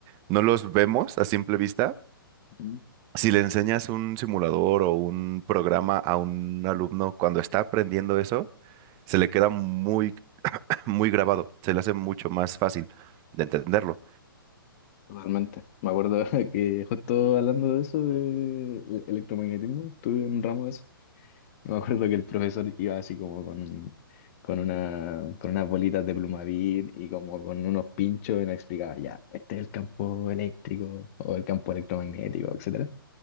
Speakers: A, on the right; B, on the left.
A: no los vemos a simple vista,
B: Mm.
A: si le enseñas un simulador o un programa a un alumno cuando está aprendiendo eso, se le queda muy, <clears throat> muy grabado, se le hace mucho más fácil de entenderlo.
B: totalmente. Me acuerdo <laughs> que justo hablando de eso, de el- electromagnetismo, tuve un ramo de eso. Me acuerdo que el profesor iba así como con, con, una, con unas bolitas de Plumavit y como con unos pinchos y nos explicaba, ya, este es el campo eléctrico o el campo electromagnético, etcétera.